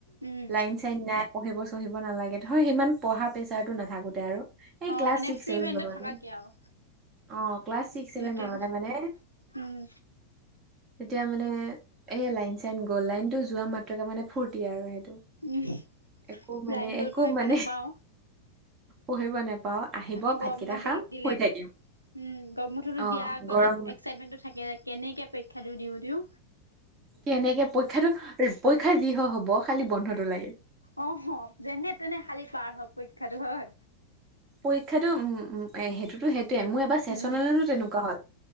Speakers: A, on the left (about 85°); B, on the right (about 30°).
A: উম
B: লাইন চাইন নাই পঢ়িব চঢ়িব নালাগে ধৰ সিমান পঢ়া প্ৰেচাৰটো নাথাকোতে আৰু। এই
A: অ'
B: ক্লাছ
A: মানে
B: ছিক্স
A: ফ্ৰী
B: ছেভেন
A: মাইণ্ডত
B: মানত
A: থাকাকে আৰু
B: অ' ক্লাছ ছিক্স
A: কোনো
B: ছেভেন
A: টেনচন
B: মানত। এই মানে।
A: উম
B: তেতিয়া মানে এ লাইন চাইন গ'ল লাইনটো যোৱা মাত্ৰকে মানে ফূৰ্তি আৰু সেইটো।
A: উম
B: একো মানে
A: লাইন গ'ল
B: একো
A: পঢ়িব
B: মানে
A: নাপাও
B: পঢ়িব নেপাওঁ। আহিব
A: আকৌ
B: ভাতকেইটা
A: গৰম বন্ধতো
B: খাম
A: দিলে
B: শুই
A: দিয়ে
B: থাকিম
A: উম গৰম বন্ধতটো
B: অ
A: দিয়া আগতে
B: গৰমত
A: যে। থাকে কেনেকে পৰীক্ষা দি দিওঁ দিওঁ।
B: সেনেকে পৰীক্ষাটো পৰীক্ষা যি হয় হব খালি বন্ধটো লাগে।
A: অ', হ যেনে তেনে খালি পাৰ হওঁক পৰীক্ষাটো হয়।
B: পৰীক্ষাতো উম সেইটোতো সেইটোৱে মোৰ এবাৰ চেচনেলতো
A: উম
B: তেনেকুৱা হ'ল।